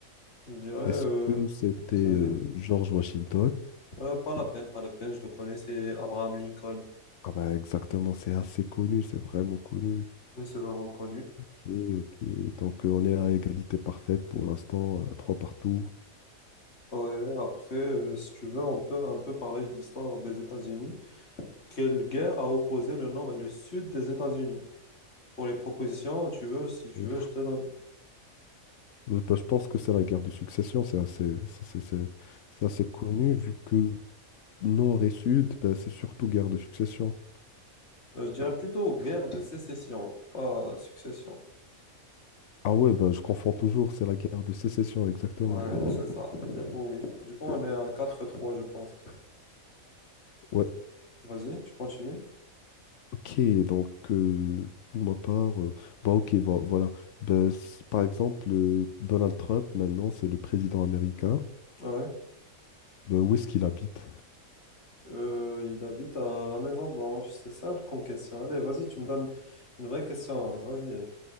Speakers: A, on the left (about 50°); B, on the left (about 65°).
A: Je dirais,
B: Est-ce
A: euh,
B: que c'était euh,
A: vas-y.
B: George Washington?
A: Euh, pas la peine, pas la peine, je le connais, c'est Abraham Lincoln.
B: Ah ben, exactement, c'est assez connu, c'est vraiment connu.
A: Oui, c'est vraiment connu.
B: Ok, ok. Donc, euh, on est à égalité parfaite pour l'instant, euh, trois partout.
A: Ouais, après, euh, si tu veux, on peut un peu parler de l'histoire des États-Unis. Quelle guerre a opposé le nord et le sud des États-Unis? Pour les propositions, tu veux, si tu
B: Euh,
A: veux, je te donne.
B: bah, je pense que c'est la guerre de succession, c'est assez, c'est c'est- c'est- c'est assez connu vu que Nord et Sud, bah, c'est surtout guerre de succession.
A: Euh, je dirais plutôt guerre de sécession, pas succession.
B: Ah ouais, bah, je confonds toujours, c'est la guerre de sécession, exactement.
A: Ouais, c'est ça. Du coup, oui. Du coup, on est à quatre trois je pense.
B: Ouais,
A: Vas-y, tu continues.
B: ok, donc euh, pour ma part, euh, bah ok, vo- voilà. Bah, c- par exemple, euh, Donald Trump, maintenant, c'est le président américain.
A: Ouais.
B: Bah, où est-ce qu'il habite?
A: Euh, il habite à la Maison Blanche. C'est simple comme question. Allez, vas-y, tu me donnes une vraie question. Vas-y.